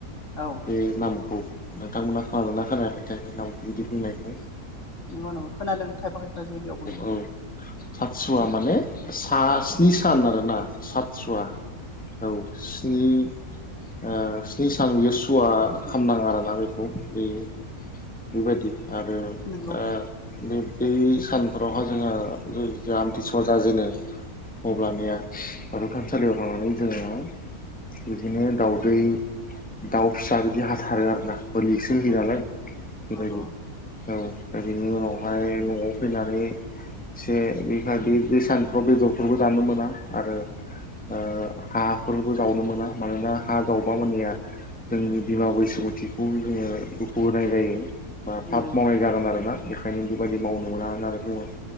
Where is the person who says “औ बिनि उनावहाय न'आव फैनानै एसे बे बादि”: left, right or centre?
Centre